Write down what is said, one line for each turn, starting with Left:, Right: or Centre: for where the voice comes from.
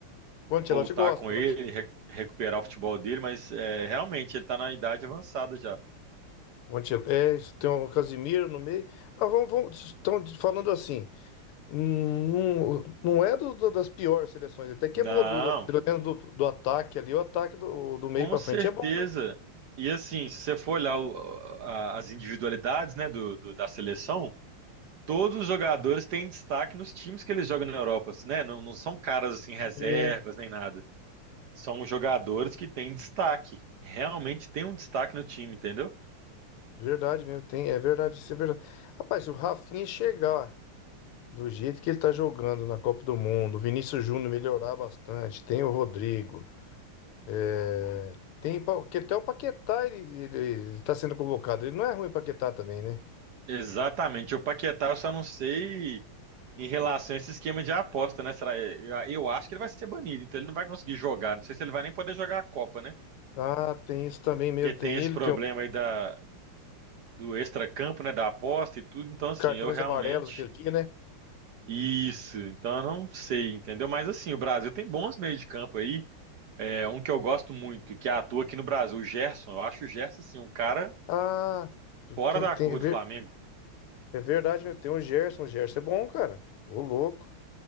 Left: o Ancelotti
Right: voltar
Left: gosta.
Right: com ele,
Left: o Ance-
Right: re- recuperar o futebol dele, mas é, realmente ele tá na idade avançada já.
Left: o Ance- É isso, tem o Casimiro no meio. Ah, vamos, vamos- estão falando assim. hum, Não, não é do- do- das piores seleções, até que
Right: Não,
Left: é boa, do, do- pelo menos do, do ataque ali, o ataque do, do meio
Right: com
Left: pra
Right: certeza.
Left: frente é bom.
Right: E assim, se você for olhar o- a- as individualidades, né, do, do- da seleção, todos os jogadores têm destaque nos times que eles jogam na Europa, assim, né? Não, não são caras assim reservas
Left: Sim,
Right: nem nada. São jogadores que têm destaque. Realmente tem um destaque no time, entendeu?
Left: verdade mesmo, tem, é verdade, isso é verdade. Rapaz, se o Rafinha chegar. Do jeito que ele tá jogando na Copa do Mundo, o Vinícius Júnior melhorar bastante, tem o Rodrigo, é, tem pa- que até o Paquetá ele, ele, ele tá sendo convocado. Ele não é ruim o Paquetá também, né?
Right: Exatamente. O Paquetá eu só não sei em relação a esse esquema de aposta, né? Será? Eu acho que ele vai ser banido, então ele não vai conseguir jogar. Não sei se ele vai nem poder jogar a Copa, né?
Left: Ah, tem isso também mesmo,
Right: Porque tem
Left: tem
Right: esse
Left: ele,
Right: problema
Left: tem o
Right: aí da, do extracampo, né? Da aposta e tudo. Então, assim,
Left: cartões
Right: eu realmente.
Left: amarelos aquele dia, né?
Right: Isso, então eu não sei, entendeu? Mas assim, o Brasil tem bons meios de campo aí. É, um que eu gosto muito, que atua aqui no Brasil, o Gerson. Eu acho o Gerson, assim, um cara
Left: Ah, tu-
Right: fora
Left: tem,
Right: da
Left: tem,
Right: curva
Left: é ver-
Right: do Flamengo.
Left: é verdade mesmo, tem o Gerson, o Gerson é bom, cara. Ô louco.